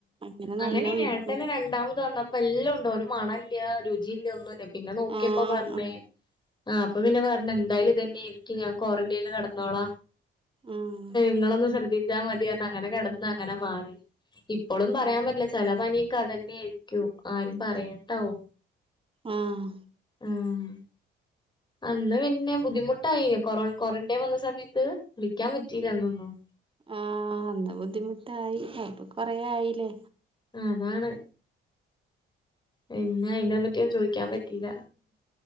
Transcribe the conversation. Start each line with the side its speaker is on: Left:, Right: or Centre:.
Right: അങ്ങനെ
Left: അങ്ങനെയ്നി
Right: നല്ല വയ്ക്കും
Left: ഏട്ടന് രണ്ടാമത് വന്ന പ്പല്ലോണ്ടോന് മണല്ല രുചില്ല ഒന്നുല്ല പിന്നെ നോക്കിയപ്പോ
Right: ആഹ്
Left: പർഞ്
Right: ആഹ്
Left: ആ അപ്പൊ പിന്നെ പറഞ്ഞ് എന്തായാലും ഇതന്നെ എനിക്ക് ഞാൻ ക്വാറന്റൈനിൽ കടന്നോളാ
Right: ആഹ്
Left: നിങ്ങളൊന്ന് ശ്രദ്ധിച്ചാ മതിയാ അങ്ങനെ കിടന്ന് അങ്ങനെ മാറി ഇപ്പോളും
Right: ആഹ്
Left: പറയാൻ
Right: ആഹ്
Left: പറ്റില്ല. ചെല പനിയൊക്കെ അതനേയിരിക്കും. ആരും പറയാൻടാവു
Right: ആഹ്
Left: ആഹ് അന്ന് പിന്നെ ബുദ്ധിമുട്ടായിനോ കൊറോ ക്വാറന്റൈൻ വന്ന സമയത്ത് വിളിക്കാൻ പറ്റിയില്ല അന്നൊന്നും
Right: ആ അന്ന് ബുദ്ധിമുട്ടായി അപ്പ കൊറെ ആയിലെ
Left: അതാണ് പിന്നെ അയിനെ പറ്റിയൊന്നും ചോയിക്കാൻ പറ്റീല